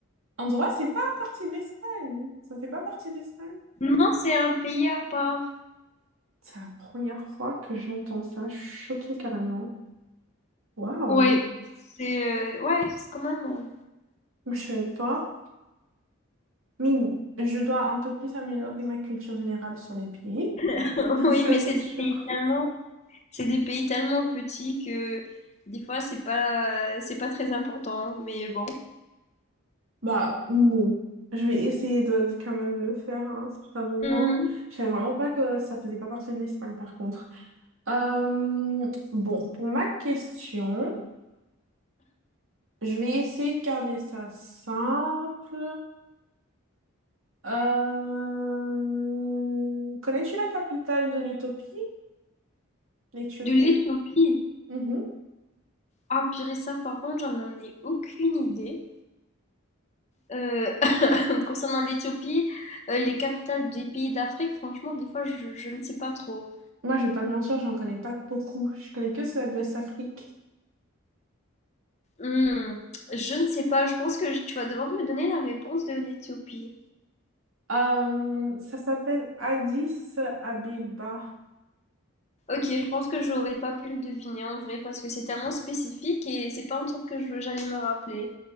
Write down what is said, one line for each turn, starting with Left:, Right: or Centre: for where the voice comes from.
Right: Andorra, c'est pas partie de l'Espagne. Ça fait pas partie de l'Espagne.
Left: Non, c'est un pays à part.
Right: C'est la première fois que j'entends ça. Je suis choquée carrément. Waouh!
Left: Oui, c'est euh, ouais, c'est quand même.
Right: Je savais pas. Mais bon, je dois un peu plus améliorer ma culture générale sur les pays.
Left: euh, <laughs>
Right: <laughs>
Left: Oui,
Right: Ça,
Left: mais
Right: c'est
Left: c'est des
Right: sûr.
Left: pays tellement, c'est des pays tellement petits que des fois c'est pas, c'est pas très important. Mais bon.
Right: Bah, bon. Je vais essayer de quand même le faire à un certain moment.
Left: Hum,
Right: Je savais vraiment pas que ça faisait pas partie de l'Espagne par contre. Euh, bon, pour ma question. Je vais essayer de garder ça simple. Euh, Connais-tu la capitale de l'Éthiopie? L'Éthiopie?
Left: De l'Éthiopie.
Right: Mhm.
Left: Ah purée, ça par contre, j'en en ai aucune idée. Euh, <laughs> concernant l'Éthiopie, euh, les capitales des pays d'Afrique, franchement, des fois, je, je ne sais pas trop.
Right: Moi, je vais pas te mentir, j'en connais pas beaucoup. Je connais que celle de l'Ouest-Afrique.
Left: Hmm, je ne sais pas, je pense que tu vas devoir me donner la réponse de l'Éthiopie.
Right: Euh, ça s'appelle Addis Abeba.
Left: Ok, je pense que j'aurais pas pu le deviner en vrai parce que c'est tellement spécifique et c'est pas un truc que je- j'allais me rappeler.